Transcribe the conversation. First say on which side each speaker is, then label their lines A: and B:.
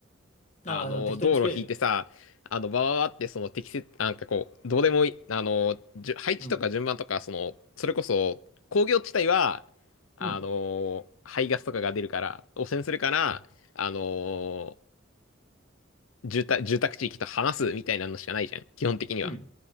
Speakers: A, on the left; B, on the left.
A: あ、
B: あの、
A: まあ、そう適当に作れるよね。
B: 道路引いてさ、あの、バーってその適切、なんかこう、どうでもいい、あの、じゅ配置とか順番とか、
A: うん。
B: その、それこそ、工業地帯は、あの、
A: うん。
B: 排ガスとかが出るから、汚染するから、あの、住宅、住宅地域と話すみたいなのしかないじゃん、基本的には。
A: うん。